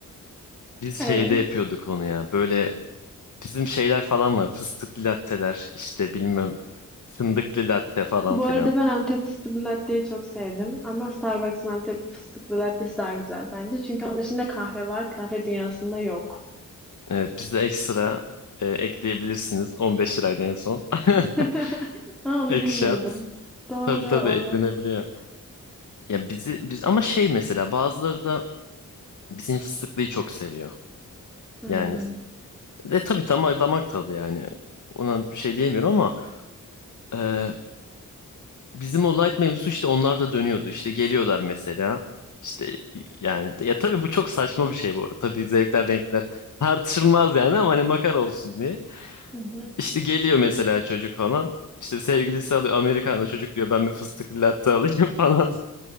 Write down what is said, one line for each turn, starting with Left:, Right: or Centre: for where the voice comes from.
Left: Biz
Centre: Evet.
Left: şeyde yapıyorduk onu ya böyle bizim şeyler falan var fıstıklı latteler işte bilmem fındıklı latte falan
Centre: Bu
Left: filan.
Centre: arada ben Antep fıstıklı latteyi çok sevdim ama Starbucks'ın Antep fıstıklı lattesi daha güzel bence. Çünkü onun içinde kahve var, kahve dünyasında yok.
Left: Evet bizde ekstra e, ekleyebilirsiniz 15 liraydı en son. <laughs>
Centre: <laughs> Aa, onu
Left: Ekşat
Centre: bilmiyordum. Doğru,
Left: tabii tabii eklenebiliyor.
Centre: evet.
Left: Ya bizi biz ama şey mesela bazıları da bizim fıstıklıyı çok seviyor.
Centre: Hmm.
Left: Yani de tabii tam damak tadı yani. Ona bir şey diyemiyorum ama e, bizim o light mevzusu işte onlar da dönüyordu. İşte geliyorlar mesela. İşte yani ya tabii bu çok saçma bir şey bu arada. Tabii zevkler renkler tartışılmaz yani ama hani makar olsun diye.
Centre: Hı hı.
Left: İşte geliyor mesela çocuk falan. İşte sevgilisi alıyor Amerikan'da çocuk diyor ben bir fıstıklı latte alayım <laughs> falan.